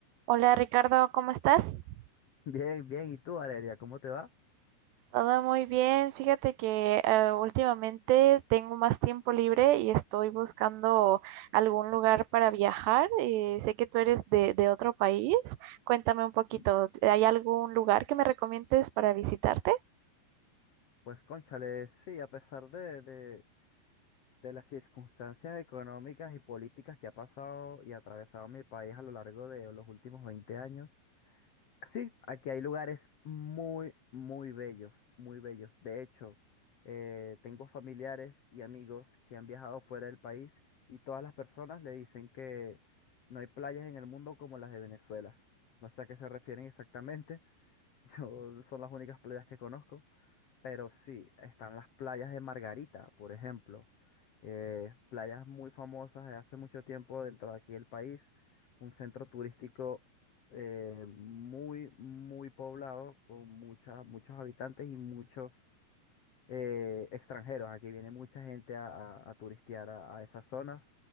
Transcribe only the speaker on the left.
Bien, bien. ¿Y tú, Valeria, cómo te va?
¿Mm?
Pues cónchale, sí, a pesar de, de- de las circunstancias económicas y políticas que ha pasado y atravesado mi país a lo largo de los últimos 20 años, sí, aquí hay lugares muy, muy bellos, muy bellos. De hecho, eh, tengo familiares y amigos que han viajado fuera del país y todas las personas le dicen que no hay playas en el mundo como las de Venezuela. No sé a qué se refieren exactamente, Yo son las únicas playas que conozco, pero sí, están las playas de Margarita, por ejemplo. Eh, playas muy famosas de hace mucho tiempo dentro de aquí del país. Un centro turístico eh, muy, muy poblado, con muchas, muchos habitantes y muchos eh, extranjeros. Aquí viene mucha gente a, a- a turistear a, a esas zonas.